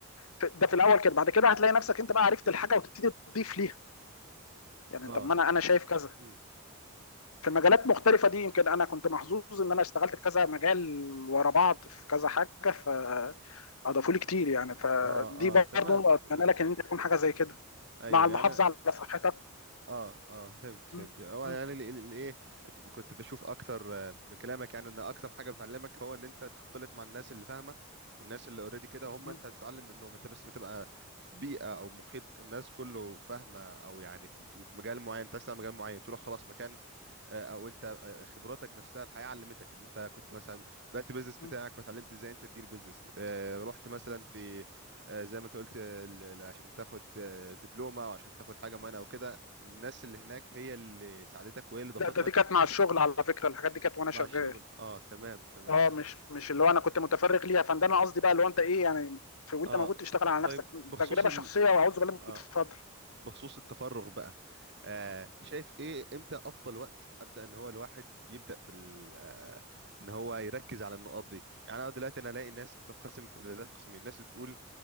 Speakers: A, on the left; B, on the right.
A: في- ده في الاول كده بعد كده هتلاقي نفسك انت بقى عرفت الحاجه وتبتدي تضيف ليها يعني
B: اه
A: طب ما انا انا شايف كذا
B: مم.
A: في مجالات مختلفه دي يمكن انا كنت محظوظ ان انا اشتغلت في كذا مجال ورا بعض في كذا حاجه فاضافوا لي كتير يعني فدي
B: اه
A: برضه
B: اه تمام
A: اتمنى
B: تمام
A: لك ان انت تكون حاجه زي كده
B: ايوه
A: مع المحافظه
B: يعني
A: على صحتك
B: اه اه فهمت فهمت
A: م-
B: هو
A: م-
B: يعني ال- ال- الايه انت كنت بشوف اكتر آه، من كلامك يعني ان اكتر حاجه بتعلمك هو ان انت تختلط مع الناس اللي فاهمه والناس اللي اوريدي كده هم
A: م-
B: انت هتتعلم منهم انت بس بتبقى في بيئه او محيط الناس كله فاهمه او يعني في في- في مجال معين انت عايز تعمل مجال معين تروح خلاص مكان آه، او انت آه، خبراتك نفسها الحياه علمتك ان انت كنت مثلا بدات بيزنس بتاعك
A: م.
B: فتعلمت ازاي انت تدير بيزنس آه، رحت مثلا في آه، زي ما انت قلت آه، ال- ال- عشان تاخد آه، دبلومه او عشان تاخد حاجه معينه او كده الناس اللي هناك هي اللي ساعدتك وهي اللي ضافت
A: لا ده
B: لك
A: دي كانت مع الشغل على فكره الحاجات دي كانت وانا
B: مع
A: شغال
B: الشغل اه تمام تمام
A: اه مش مش اللي هو انا كنت متفرغ ليها فده انا قصدي بقى اللي هو انت ايه يعني في وانت
B: اه
A: موجود تشتغل
B: ط-
A: على
B: طيب
A: نفسك
B: بخصوص
A: تجربه
B: ال
A: شخصيه واعوذ بالله
B: اه
A: اتفضل
B: بخصوص التفرغ بقى آه شايف ايه امتى افضل وقت ابدا ان هو الواحد يبدا في ال- آه ان هو يركز على النقاط دي يعني انا دلوقتي انا الاقي ناس بتنقسم في ده قسمين ناس بتقول